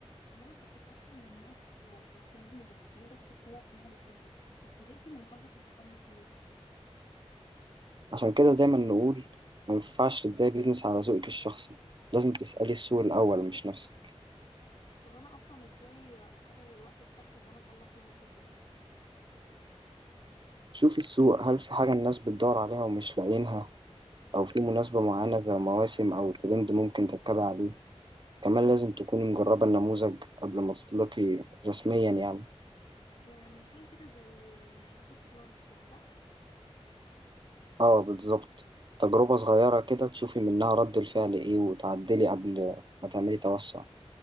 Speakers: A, on the left; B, on the right.
A: يعني انا كنت فاكره ان الناس هتحب البرودكت بتاعي عشان انا بحبه بس اتفاجئت ان محدش متحمس ليه
B: عشان كده دايما نقول ما ينفعش تبدأي بيزنس على ذوقك الشخصي لازم تسألي السوق الأول مش نفسك
A: طب انا اصلا ازاي اقرر الوقت الصح ان انا اطلع فيه منتج جديد
B: شوفي السوق هل في حاجة الناس بتدور عليها ومش لاقيينها أو في مناسبة معينة زي مواسم أو ترند ممكن تركبي عليه كمان لازم تكوني مجربة النموذج قبل ما تطلقي رسميا يعني
A: يعني حاجه كده زي سوفت لانش كده صح
B: اه بالظبط تجربة صغيرة كده تشوفي منها رد الفعل ايه وتعدلي قبل ما تعملي توسع